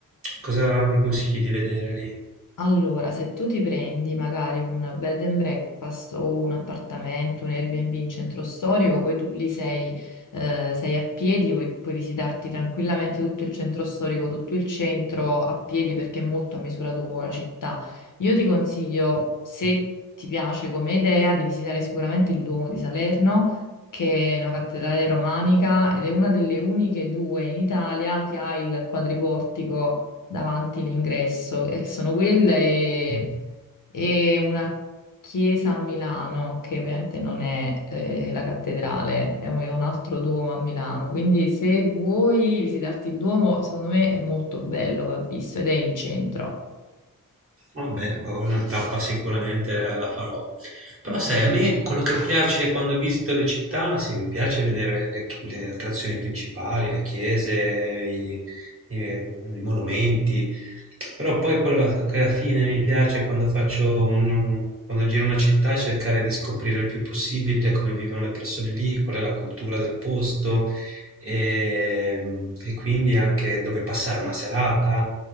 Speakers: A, on the right; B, on the left.
A: cosa mi consigli di vedere lì?
B: Allora, se tu ti prendi magari un bed and breakfast o un appartamento, un Airbnb in centro storico, poi tu lì sei, eh, sei a piedi, puoi, puoi visitarti tranquillamente tutto il centro storico, tutto il centro a piedi perché è molto a misura d'uomo la città. Io ti consiglio, se
A: Mm,
B: ti piace come idea, di visitare sicuramente il Duomo di Salerno, che è una cattedrale romanica ed è una delle uniche due in Italia che ha il quadriportico davanti l'ingresso, e sono quelle e,
A: mm.
B: e una chiesa a Milano, che ovviamente non è eh, la cattedrale, è un, è un altro Duomo a Milano. Quindi se vuoi visitarti il Duomo, secondo me è molto bello, va visto, ed è in centro.
A: Vabbè, quella è una tappa sicuramente eh, la farò. Però sai, a me quello che piace quando visito le città, sì, mi piace vedere le, le attrazioni principali, le chiese, i, i- i monumenti, però poi quella che alla fine mi piace quando faccio un, quando giro una città è cercare di scoprire il più possibile come vivono le persone lì, qual è la cultura del posto, e, e quindi anche dove passare una serata.